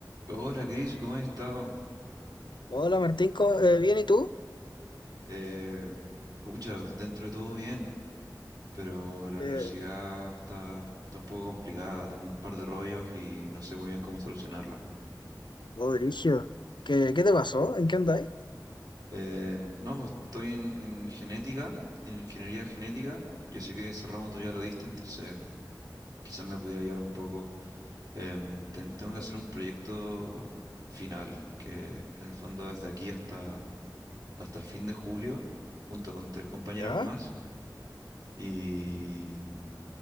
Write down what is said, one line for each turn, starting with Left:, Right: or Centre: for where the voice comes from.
Right: Hola Cris, ¿cómo has estado?
Left: Hola Martín, ¿cómo- eh, ¿bien y tú?
Right: Eh, pucha, dentro de todo bien, pero la universidad
Left: Eh,
Right: está, está un poco complicada, tengo un par de rollos y no sé muy bien cómo solucionarlos.
Left: oh, brígido. ¿Qué, qué te pasó? ¿En qué andáis?
Right: Eh, no, pues, estoy en, en genética, en ingeniería genética, yo sé que ese ramo tú ya lo diste, entonces quizás me pudiera ayudar un poco. Em, ten- tengo que
Left: Eh,
Right: hacer un proyecto final, que en el fondo desde aquí hasta, hasta el fin de julio, junto con tres compañeras
Left: ya.
Right: más. Y